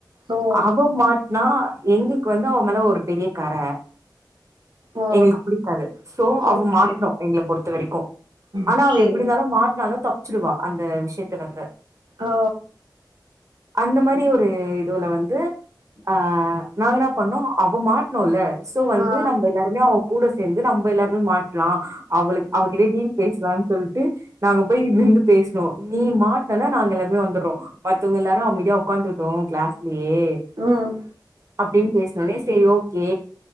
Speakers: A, on the right; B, on the right.
A: ஓ
B: அவ மாட் னா எங்களுக்கு வந்து அவ மேல ஒரு பெரிய கர
A: ஓ
B: எங்களுக்கு பிடிக்காது சோ அவ
A: ஓகே
B: மாட்னு எங்கள பொறு த்தவரைக்கும் ஆனா
A: ஓகே
B: அவ எப்டி இருந்தாலு மாட்னாலு தப்பு ச்சுடுவா அந்த விஷ்யத்துலந்து
A: ஓ
B: அந்த மாரி ஒரு இதுவுல வந்து ஆ நாங்க என்ன பண்ணோ அவ மாட்னோல்ல த்தொ வந்து
A: ஆ
B: நம்ப எல்லாருமே அவ கூட சேந்து நம்ப எல்லாருமே மாட்லா அவளுக் அவகிட்டே டீல் பேசலான் சொல்ட்டு நாங்க போய் இருந்து பேசனோம் நீ மாட்டினனா நாங்க எல்லாருமே வந்துடுறோம் மத்தவங்க எல்லாரும் அமதியா உட்காந்துட்டோம் கிளாஸ்லயே
A: ம்
B: அப்படின்னு பேசின உடனே சேரி ஓகே